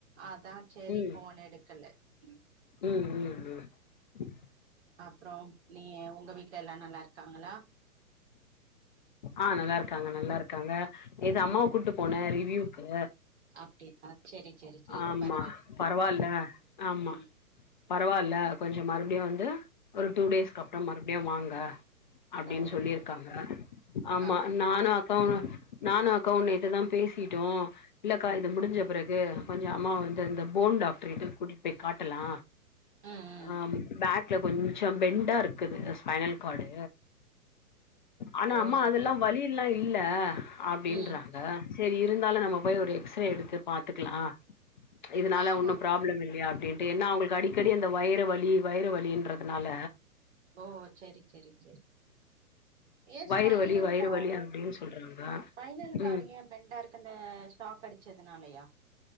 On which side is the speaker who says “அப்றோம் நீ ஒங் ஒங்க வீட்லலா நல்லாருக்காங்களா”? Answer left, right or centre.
Right